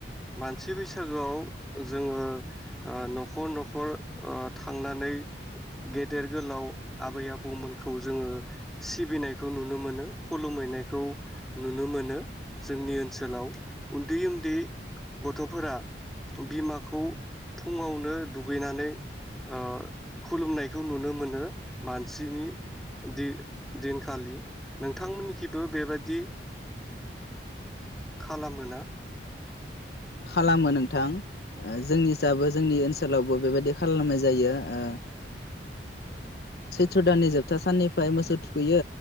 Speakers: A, in the centre; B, on the left (about 60°).
A: मानसि बैसागोआव जोङो ओ नखर नखर ओ थांनानै गेदेर गोलाव आबै आबौमोनखौ जोङो सिबिनायखौ नुनो मोनो खुलुमहैनायखौ नुनो मोनो जोंनि ओन सोलाव उन्दै उन्दै गथफोरा बिमाखौ फुङावनो दुगैनानै ओ खुलुमनायखौ नुनो मोनो मानसिनि दि दिनखालि नोंथांमोननिखिबो बेबायादि खालामो ना?
B: खालामो नोंथां ओ जोंनिसाबो जोंनि ओनसोलावबो बेबायदि खालामनाय जायो ओ सैथ्रनदाननि जोबथा साननिफ्राय मोसौ थुखैयो